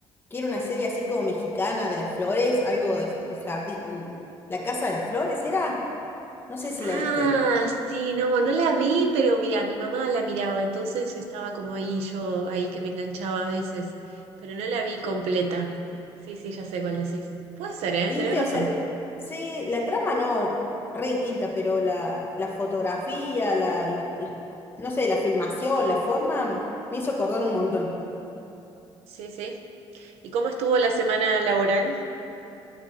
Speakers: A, on the left; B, on the right.
A: que era una serie así como mexicana de las flores? Algo del jardín... ¿La Casa de las Flores era? No sé si
B: Ah,
A: la viste.
B: sí, no, no la vi, pero mira, mi mamá la miraba, entonces estaba como ahí, yo ahí que me enganchaba a veces, pero no la vi completa. Sí, sí, ya sé cuál decís. Puede ser, ¿eh?
A: ¿Viste?
B: Tenés razón.
A: O sea, sí, la trama no, re distinta, pero la, la fotografía, la, la- la- no sé, la filmación, la forma, mm, me hizo acordar un montón.
B: Sí, sí. ¿Y cómo estuvo la semana laboral?